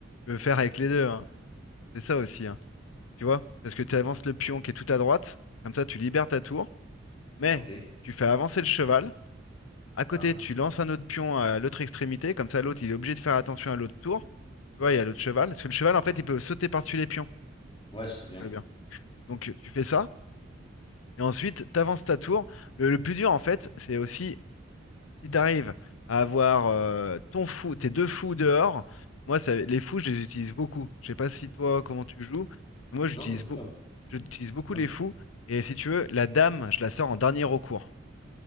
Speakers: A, on the left; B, on the left.
A: Tu peux faire avec les deux. hein. C'est ça aussi. hein. Tu vois? Parce que tu avances le pion qui est tout à droite, comme ça tu libères ta tour, mais
B: Ok.
A: tu fais avancer le cheval. À côté,
B: Hein?
A: tu lances un autre pion à l'autre extrémité, comme ça l'autre il est obligé de faire attention à l'autre tour. Tu vois, il y a l'autre cheval. Parce que le cheval, en fait, il peut sauter par-dessus les pions.
B: Ouais, c'est bien.
A: Très bien. Donc tu fais ça, et ensuite tu avances ta tour. Le, le plus dur, en fait, c'est aussi Si t'arrives à avoir euh, ton fou, tes deux fous dehors, moi ça, les fous je les utilise beaucoup. Je sais pas si toi comment tu joues, mais moi j'utilise
B: Non, c'est sûr.
A: beau- j'utilise beaucoup
B: Non.
A: les fous. Et si tu veux, la dame, je la sors en dernier recours.